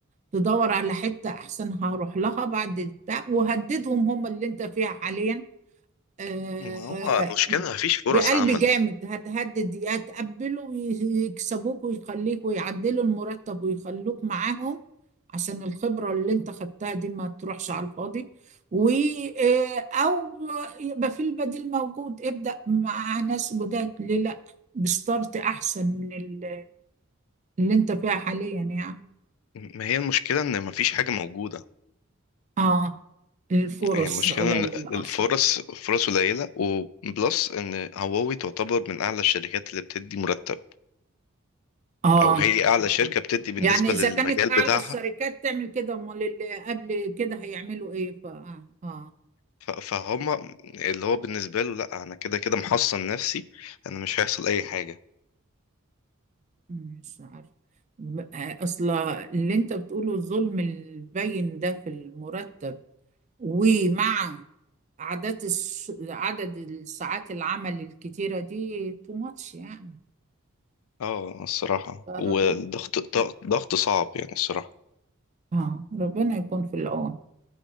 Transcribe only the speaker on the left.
ما هو المشكلة مفيش فرص
عمل
ما هي المشكلة إن مفيش حاجة موجودة
هي المشكلة
إن الفرص
فرص قليلة وبلس إن هواوي تعتبر من أعلى الشركات اللي بتدي مرتب
أو هي أعلى شركة بتدي بالنسبة
للمجال
بتاعها
ف- فهم اللي هو بالنسبة له لا أنا كده كده محصن نفسي أنا مش هيحصل أي حاجة
اه الصراحة
والضغط ضغط ضغط صعب يعني الصراحة